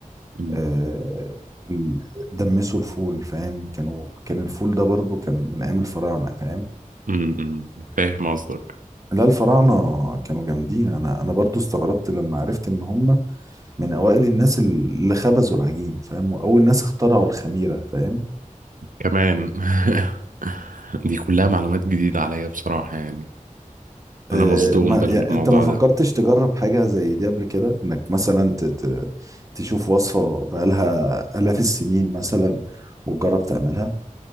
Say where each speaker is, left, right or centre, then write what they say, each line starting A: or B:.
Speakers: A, on the right (about 80°); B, on the right (about 25°).
A: أمم،
B: آه، ال- دمسوا الفول فاهم كانوا كان الفول ده برضو كان من أيام الفراعنة فاهم
A: أمم، فاهم قصدك
B: لا الفراعنة كانوا جامدين أنا أنا برضو استغربت لما عرفت إن هم من أوائل الناس اللي خبزوا العجين فاهم وأول ناس اخترعوا الخميرة فاهم
A: كمان <laughs> دي كلها معلومات جديدة عليا بصراحة يعني انا
B: أه
A: مصدوم
B: ما
A: بالموضوع
B: يعني أنت ما فكرتش
A: ده
B: تجرب حاجة زي دي قبل كده إنك مثلا ت... ت... تشوف وصفة بقالها آلاف السنين مثلا وتجرب تعملها